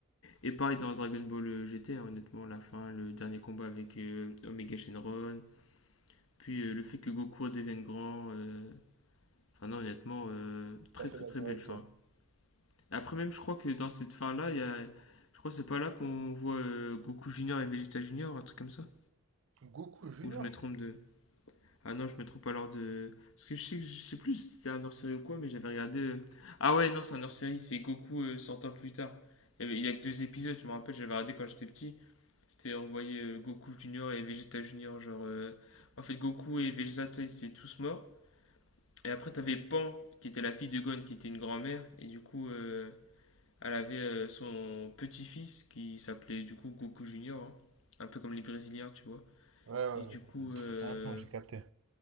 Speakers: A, on the left (about 65°); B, on the right (about 65°).
A: Et pareil dans Dragon Ball GT, hein, honnêtement, la fin, le dernier combat avec euh, Omega Shenron. Puis euh, le fait que Goku devienne grand. euh, Enfin, non, honnêtement, euh, très
B: Tout à fait
A: très
B: d'accord
A: très belle
B: avec
A: fin.
B: toi.
A: Après, même, je crois que dans cette fin-là, il y a. Je crois que c'est pas là qu'on voit euh, Goku Junior et Vegeta Junior, un truc comme ça.
B: Goku Junior?
A: Ou je me trompe de. Ah non, je me trompe alors de. Parce que je sais, que- je sais plus si c'était un hors-série ou quoi, mais j'avais regardé. euh, Ah ouais, non, c'est un hors-série, c'est Goku euh, 100 ans plus tard. Il y, avait- il y a que deux épisodes, je me rappelle, j'avais regardé quand j'étais petit. C'était, on voyait euh, Goku Junior et Vegeta Junior, genre. euh, En fait, Goku et Vegeta, ils étaient tous morts. Et après, t'avais Pan, qui était la fille de Gon, qui était une grand-mère, et du coup, euh, elle avait euh, son petit-fils qui s'appelait du coup Goku Junior, hein. Un peu comme les Brésiliens, tu vois.
B: Ouais, ouais,
A: Et
B: ouais,
A: du coup,
B: ils
A: euh,
B: ont pété un plomb, j'ai capté.